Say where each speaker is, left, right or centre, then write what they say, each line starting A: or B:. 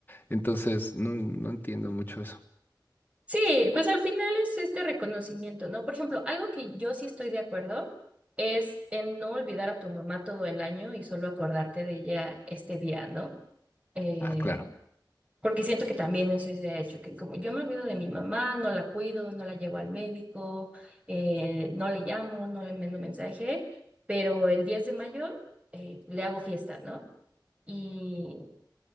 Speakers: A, on the left; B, on the right.
A: Entonces, no, no entiendo mucho eso.
B: Sí, pues al final es este reconocimiento, ¿no? Por ejemplo, algo que yo sí estoy de acuerdo es en no olvidar a tu mamá todo el año y solo acordarte de ella este día, ¿no? Eh,
A: Ah, claro.
B: porque siento que también eso se ha hecho, que como yo me olvido de mi mamá, no la cuido, no la llevo al médico, eh, no le llamo, no le mando mensaje, pero el 10 de mayo eh, le hago fiesta, ¿no? Y,